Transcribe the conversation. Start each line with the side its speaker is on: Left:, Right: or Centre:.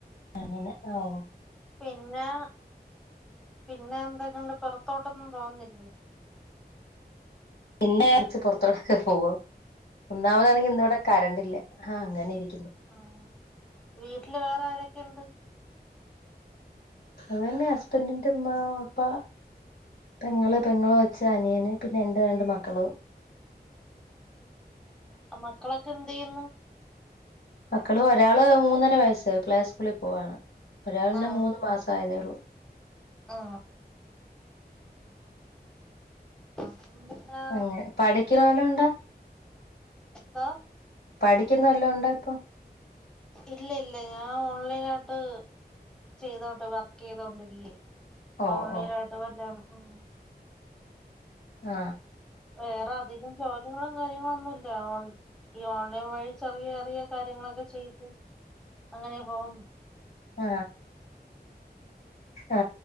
Left: അങ്ങനെ ഓ
Centre: പിന്നാ പിന്നെ എന്തൊക്കെയണ്ട് പുറത്തോട്ടൊന്നും പോകുന്നില്ലേ
Left: എന്നെറിച്ച് പൊറത്തോടെക്കെ പോവാേ ഒന്നാമതാണെങ്കി ഇന്നിവിടെ കറണ്ടില്ല ആ അങ്ങനെ ഇരി
Centre: ആ വീട്ടില് വേറെ ആരൊ എന്ത്
Left: അത് തന്നെ ഹസ്ബന്റിന്റെമ്മ വാപ്പ പെങ്ങള് പെങ്ങള കൊച്ച് അനിയന് പിന്നെ എന്റെ രണ്ട് മക്കളും
Centre: ആ മക്കളൊക്കെ എന്തെയ്യുന്നു
Left: മക്കള് ഒരാള് മൂന്നര വയസ്സ് പ്ലേ സ്കൂളി പോവാണ് ഒരാൾന്നെ
Centre: ആ
Left: മൂന്ന് മാസം ആയതേ ഒള്ളൂ
Centre: ആ ആ ന്നെന്താ
Left: അങ്ങനെ പഠിക്കുന്ന വല്ലോം ഉണ്ടാ
Centre: ബ
Left: പഠിക്കുന്നതല്ലാം ഉണ്ടാേ ഇപ്പൊ
Centre: ഇല്ല ഇല്ല ഞാൻ ഓൺലായ്ട്ട് ചെയ്തോട് വർക്കെയ്തോണ്ടിരിക്ക
Left: ഓ
Centre: ഓൺലൈനായിട്ട്
Left: ഓ
Centre: വല്ലം ആ
Left: ആ
Centre: വേറെ അധികം ചോദ്യങ്ങള് കാര്യങ്ങളൊന്നുല്ല ഓൺ ഈ ഓൺലൈൻ വഴി ചെറിയ ചെറിയ കാര്യങ്ങളൊക്കെ ചെയ്ത് അങ്ങനേ പോവുന്ന്
Left: ആ ആ